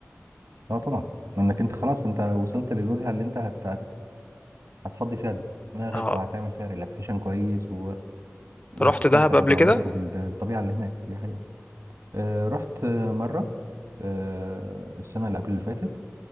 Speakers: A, on the right; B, on the left.
A: أه طبعا لأنك أنت خلاص أنت وصلت للوجهة اللي أنت هت هتفضي فيها دماغك
B: اه
A: وهتعمل فيها ريلاكسيشن كويس و... وهتستمتع
B: رحت دهب
A: بالمناظر
B: قبل كده
A: وبالطبيعة اللي هناك دي حقيقة آه رحت آه، مرة آه السنة اللي قبل اللي فاتت